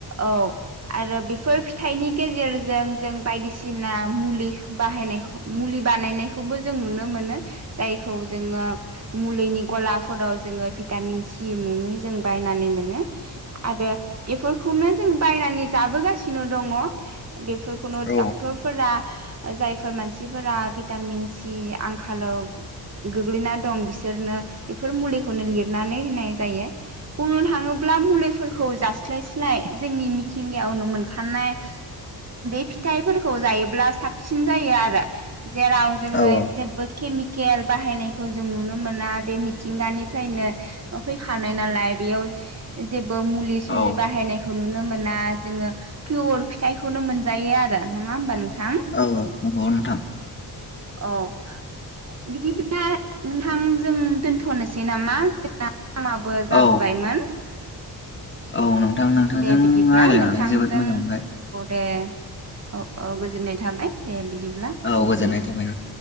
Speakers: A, on the right (about 40°); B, on the left (about 30°).
A: औ आरो बेफोर फिथाइनि गेजेरजों जों बायदिसिना मुलि बाहायनाय मुलि बानायनायखौबो जों नुनो मोनो जायखौ जोङो मुलिनि गलाफोराव जोङो भिटामिन सि मुङै जों बायनानै मोनो आरो बेफोरखौनो जों बायनानै जाबोगासिनो दङ बेफोरखौनो
B: औ
A: डाक्टर फोर जायफोर मानसिफोरा भिटामिन सि आंखालाव गोग्लैना दं बिसोरनो बेफोर मुलिखौनो लिरनानै होनाय जायो। बुंनो थाङोब्ला मुलिफोरखौ जास्लायस्लाय जोंनि थिंगायावनो मोनखानाय बे फिथाइफोरखौ जायोब्ला साबसिन जायो आरो जेराव जोङो
B: औ
A: जेबो केमि केल बाहायनायखौ जों नुनो मोना बे मिथिंगानिफ्रायनो फैखानाय नालाय बेयाव जेबो मुलि सुलि
B: औ
A: बाहायनायखौ नुनो मोन ना जोङो पियर फिथाइखौनो मोनजायो आरो नङा होमबा नोंथां।
B: औ नंगौ नोंथां।
A: औ। बिदि बा नोंथां जों दोनथ'नोसै नामा जों बो
B: औ
A: जाबोबायमोन।
B: औ नोंथां नोंथांजों।
A: दे बिदिब्ला
B: रायज्लायनानै
A: नोंथांजों
B: जोबोद मोजां मोनबाय
A: औ दे औ औ गोजोननाय थाबाय। दे बिदिब्ला
B: औ
A: दोनथ'नोसै
B: गोजोननाय थाबाय नोंथां।